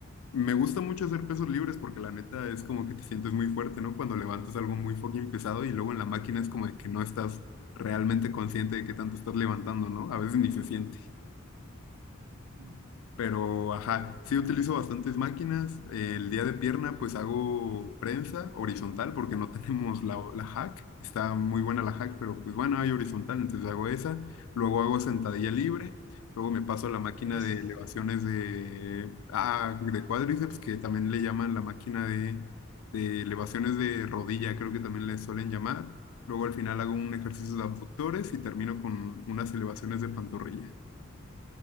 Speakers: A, on the left; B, on the right.
A: Me gusta mucho hacer pesos libres porque la neta es como que te sientes muy fuerte, ¿no? Cuando levantas algo muy fucking pesado y luego en la máquina es como de que no estás realmente consciente de qué tanto estás levantando, ¿no? A veces ni se siente.
B: Mm,
A: Pero, ajá, sí utilizo bastantes máquinas. El día de pierna, pues hago
B: no,
A: prensa horizontal porque no <laughs> tenemos la, la hack. Está muy buena la hack,
B: ya.
A: pero pues bueno, hay horizontal, entonces hago esa. Luego hago sentadilla libre. Luego me paso a la máquina
B: Esa,
A: de elevaciones de, ah, de cuádriceps, que también le llaman la máquina de, de elevaciones de rodilla, creo que también le suelen llamar. Luego al final hago un ejercicio de abductores y termino con unas elevaciones de pantorrilla.